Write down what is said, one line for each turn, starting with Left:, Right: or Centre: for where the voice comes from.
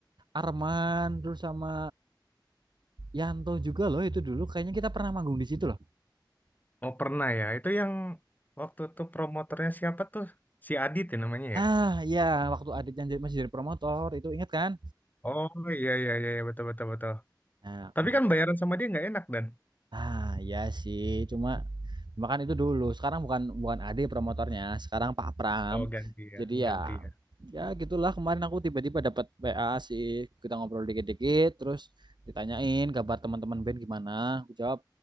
Right: Arman terus sama Yanto juga loh itu dulu kayaknya kita pernah manggung di situ loh.
Left: Oh, pernah ya. Itu yang waktu itu promotornya siapa tuh? Si Adit ya namanya ya?
Right: Ah iya waktu Adit yang masih jadi promotor itu ingat kan?
Left: Oh, iya, iya, iya. iya. Betul, betul, betul.
Right: Nah
Left: Tapi
Right: kemarin
Left: kan bayaran sama dia nggak enak dan.
Right: ah iya sih cuma cuma kan itu dulu sekarang bukan bukan Adit promotornya sekarang Pak Pram.
Left: Oh ganti ya,
Right: Jadi ya
Left: ganti ya.
Right: ya gitulah kemarin aku tiba-tiba dapat WA sih kita ngobrol dikit-dikit terus ditanyain kabar teman-teman band gimana. Aku jawab